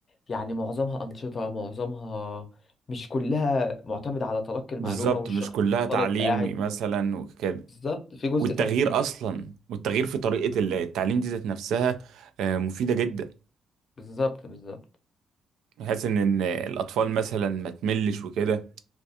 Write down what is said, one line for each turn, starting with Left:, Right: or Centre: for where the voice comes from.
Left: يعني معظمها انشطه معظمها مش كلها معتمد على تلقي المعلومه
Right: بالظبط
Left: والشخص
Right: مش كلها
Left: الطالب
Right: تعليم
Left: قاعد
Right: مثلا وكده
Left: بالظبط في جزء
Right: والتغيير
Left: ترفيه
Right: اصلا والتغيير في طريقه التعليم دي ذات نفسها آه، مفيده جدا
Left: بالظبط بالظبط
Right: بحيث ان إن الاطفال مثلا ما تملش وكده